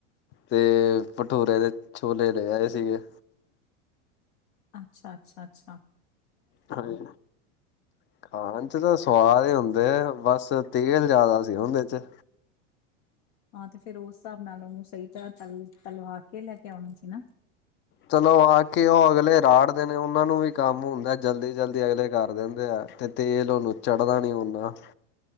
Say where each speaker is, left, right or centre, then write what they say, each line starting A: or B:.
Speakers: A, on the left (about 30°); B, on the left (about 60°).
A: ਤੇ ਭਠੂਰੇ ਦੇ ਛੋਲੇ ਲੈ ਆਏ ਸੀਗੇ।
B: ਅੱਛਾ-ਅੱਛਾ-ਅੱਛਾ
A: ਹਾਂਜੀ ਖਾਣ 'ਚ ਤਾਂ ਸਵਾਦ ਹੀ ਹੁੰਦੇ ਆ ਬਸ ਤੇਲ ਜਾਦਾ ਸੀ ਉਹਦੇ 'ਚ
B: ਹਾਂ ਤੇ ਫਿਰ ਉਸ ਹਿਸਾਬ ਨਾਲ ਉਹਨੂੰ ਸਈ ਤਰ੍ਹਾਂ ਤਲ ਤਲਵਾ ਕੇ ਲੈ ਕੇ ਆਉਣ ਸੀ ਨਾ।
A: ਚਲੋ ਆ ਕੇ ਓ ਅਗਲੇ ਰਾੜਦੇ ਨੇ ਉਹਨਾਂ ਨੂੰ ਵੀ ਕੰਮ ਹੁੰਦਾ ਜਲਦੀ-ਜਲਦੀ ਅਗਲੇ ਕਰ ਦਿੰਦੇ ਆ ਤੇ ਤੇਲ ਓ ਨੂਚੜ੍ਹਦਾ ਨੀ ਹੁੰਦਾ।